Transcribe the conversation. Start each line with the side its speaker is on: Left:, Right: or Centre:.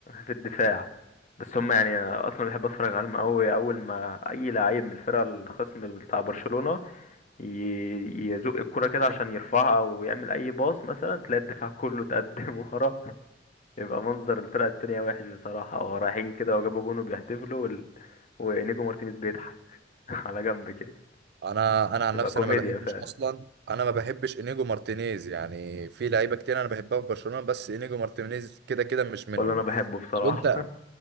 Left: في الدفاع بس هم يعني اصلا بحب اتفرج عليهم قوي اول ما اي لعيب من الفرقه الخصم بتاع برشلونه ي- يزق الكره كده عشان يرفعها او يعمل اي باص مثلا تلاقي الدفاع كله اتقدم <laughs> ورا يبقى منظر الفرقه التانية وحش بصراحه هو رايحين كده وجابوا جون وبيحتفلوا وال... ونيجو مارتينيز بيضحك <laughs> على جنب كده
Right: انا انا عن
Left: تبقى
Right: نفسي
Left: كوميديا
Right: انا ما بحبش
Left: فعلا
Right: اصلا انا ما بحبش انيجو مارتينيز يعني في لعيبه كتير انا بحبها في برشلونه بس انيجو مارتينيز كده كده مش منهم
Left: ولا انا بحبه بصراحه
Right: طب انت